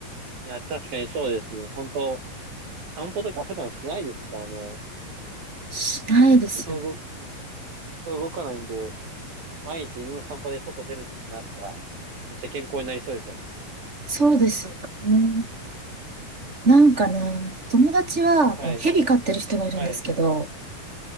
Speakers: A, on the right; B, on the right.
A: いや、確かにそうですね。本当散歩とか普段しないですからね。
B: しないですよ。
A: 本当動く、本当動かないんで、毎日犬の散歩で外出るってなったら、めっちゃ健康になりそうですよね。
B: そうですよね。なんかね、友達は、
A: はい、
B: あの、蛇飼ってる人がいるんですけど、
A: はい、